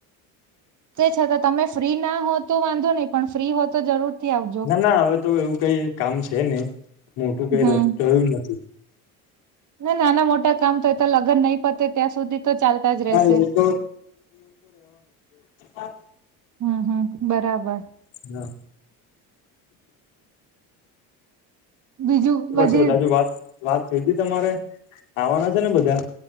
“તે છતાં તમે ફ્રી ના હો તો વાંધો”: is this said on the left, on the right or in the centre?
Right